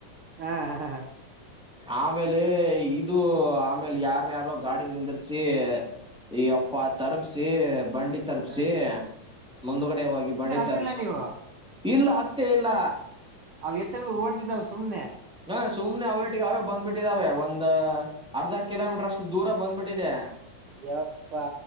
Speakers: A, on the right (about 80°); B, in the centre.
A: ಹಾ ಹಾ ಹಾ
B: ಆಮೇಲೆ ಇದು ಆಮೇಲೆ ಯಾರ್ನ್ ಯಾರೋ ಗಾಡಿ ನಿಂದರ್ಸಿ ಈ ಅಪ್ಪ ತರಪಸಿ ಬಂಡಿ ತರಪಸಿ
A: ಹ
B: ಮುಂದಗಡೆ ಹೋಗಿ ಬಂಡಿ ತರ್ಬ್ಸಿ
A: ಗತ್ತಲ್ಲ ನೀವು
B: ಇಲ್ಲ ಅತ್ತೆ ಇಲ್ಲ
A: ಅವವು ಎರ ಓಡ್ದಿದಾವವು ಸುಮ್ನೆ
B: ಹ ಸುಮ್ನೆ ಅವೇಟ್ಟಿಗೆ ಅವೇ ಬಂದ್ಬಿಟ್ಟಿದ ಅವೆ ಒಂದ್ ಅರ್ಧ ಕಿಲೋಮೀಟರ್ ಅಷ್ಟು ದೂರ ಬಂದ್ಬಿಟ್ಟಿದೆ
A: ಎಪ್ಪಾ